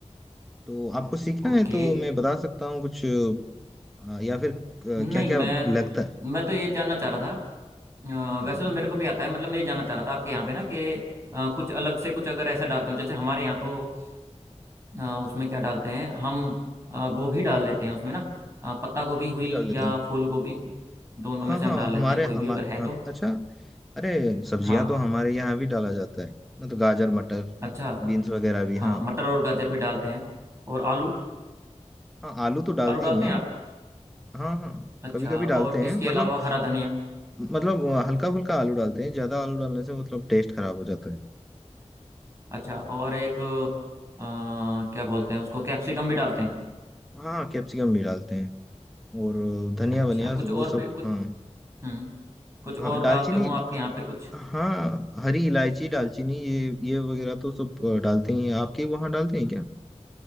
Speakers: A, in the centre; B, on the right.
A: तो आपको सीखना
B: ओके
A: है तो मैं बता सकता हूँ कुछ आ, या फिर क्या
B: नहीं
A: क्या
B: मैं तो,
A: लगता है
B: मैं तो ये जानना चाह रहा था अ,
A: हाँ
B: वैसे
A: हाँ,
B: तो मेरे को भी आता है मतलब मैं ये जानना चाह रहा था आपके यहाँ पे ना कि अ, कुछ अलग से कुछ अगर ऐसा डालते हो जैसे हमारे यहाँ तो अ, उसमें क्या डालते हैं हम अ, गोभी डाल लेते हैं उसमें ना अ, पत्ता गोभी हुई
A: वो भी डाल लेते
B: या
A: हैं
B: फूल गोभी दोनों
A: हाँ
B: में से
A: हाँ
B: हम डाल लेते
A: हमारे
B: हैं कोई भी
A: हम
B: अगर
A: हाँ
B: है तो
A: अच्छा अरे सब्जियां
B: हाँ
A: तो हमारे यहाँ भी डाला जाता है मतलब गाजर मटर
B: अच्छा
A: बीन्स वगैरह भी
B: हाँ
A: हाँ
B: मटर और गाजर भी डालते हैं और आलू
A: हाँ आलू तो डालती
B: आलू डालते
A: हैं
B: हैं आप
A: हाँ हाँ
B: अच्छा
A: कभी कभी डालते
B: और इसके
A: हैं मतलब
B: अलावा हरा धनिया
A: मतलब हल्का फुल्का आलू डालते हैं ज्यादा आलू डालने से मतलब टेस्ट खराब हो जाता है
B: अच्छा और एक अ, क्या बोलते हैं उसको कैप्सिकम भी डालते हैं
A: हाँ हाँ, कैप्सिकम भी डालते हैं और धनिया
B: अच्छा
A: वनिया
B: कुछ और
A: वो सब
B: भी कुछ
A: हाँ
B: हम्म कुछ और
A: हाँ दालचीनी
B: डालते हो आपके यहाँ पे कुछ
A: हाँ हरी इलायची दालचीनी ये ये वगैरह तो सब अ, डालते ही हैं आपके वहाँ डालते हैं क्या